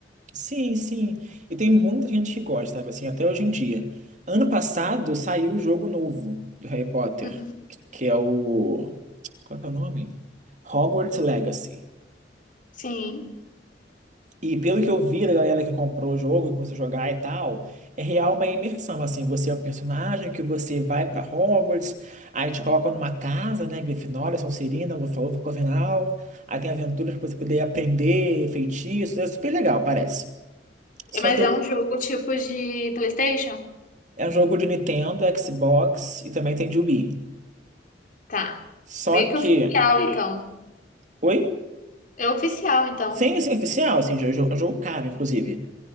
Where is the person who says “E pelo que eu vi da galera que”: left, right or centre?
Right